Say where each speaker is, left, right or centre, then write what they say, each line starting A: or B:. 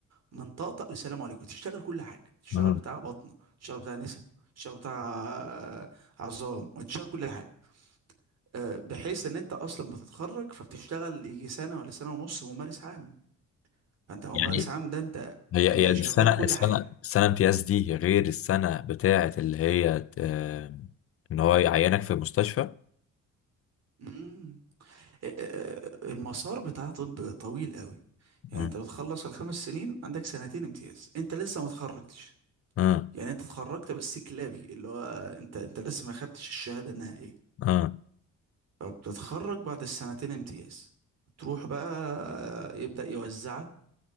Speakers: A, on the right; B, on the left.
A: من طقطق لسلام عليكم تشتغل كل حاجة تشتغل
B: اه
A: بتاع بطنة تشتغل بتاع نسا تشتغل بتاع آه، عظام وتشتغل كل حاجة آه، بحيث ان انت اصلا بتتخرج فبتشتغل يجي سنة ولا سنة ونص ممارس عام فانت ممارس
B: يعني
A: عام ده انت
B: هي
A: انت
B: هي السنة
A: شغال كل
B: السنة
A: حاجة
B: السنة امتياز دي غير السنة بتاعة اللي هي ت- آه، إن هو يعينك في المستشفى
A: مم. آه، آه، المسار بتاع طب طويل قوي يعني
B: مم.
A: انت بتخلص الخمس سنين عندك سنتين امتياز انت لسه ما اتخرجتش
B: اه
A: يعني انت اتخرجت بس كلابي اللي هو انت انت لسه ما خدتش الشهادة النهائية
B: اه
A: فبتتخرج بعد السنتين امتياز تروح بقى يبدأ يوزعك